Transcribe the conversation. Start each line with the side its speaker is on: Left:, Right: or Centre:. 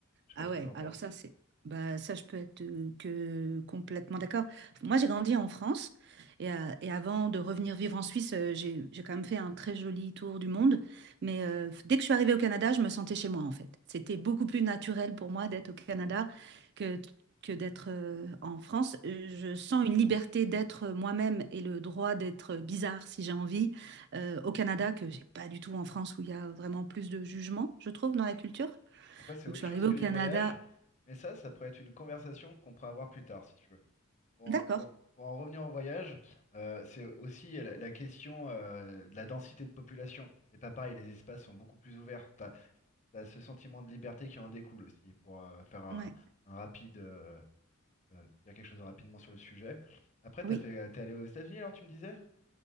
Left: Je sais
Right: Ah
Left: pas ce
Right: ouais,
Left: que t'en
Right: alors
Left: penses.
Right: ça, c'est, bah, ça, je peux être euh, que complètement d'accord. Moi, j'ai grandi en France et, euh, et avant de revenir vivre en Suisse, euh, j'ai, j'ai quand même fait un très joli tour du monde. Mais euh, dès que je suis arrivée au Canada, je me sentais chez moi, en fait. C'était beaucoup plus naturel pour moi d'être au Canada que, que d'être euh, en France. Euh, Je sens une liberté d'être moi-même et le droit d'être bizarre si j'ai envie euh, au Canada que j'ai pas du tout en France où il y a vraiment plus de jugement, je trouve, dans la culture.
Left: Après c'est
Right: Donc,
Left: autre
Right: je suis
Left: chose
Right: arrivée
Left: que
Right: au
Left: les
Right: Canada
Left: voyages, mais ça, ça pourrait être une conversation qu'on pourrait avoir plus tard si tu veux. Pour en,
Right: D'accord.
Left: pour- pour en revenir au voyage, euh, c'est aussi il y a la, la question euh, de la densité de population. C'est pas pareil, les espaces sont beaucoup plus ouverts. T'as, as ce sentiment de liberté qui en découle aussi, pour euh, faire un,
Right: Ouais.
Left: un rapide, euh, euh, dire quelque chose rapidement sur le sujet. Après,
Right: Oui.
Left: t'as fait, t'es allé aux États-Unis alors, tu me disais?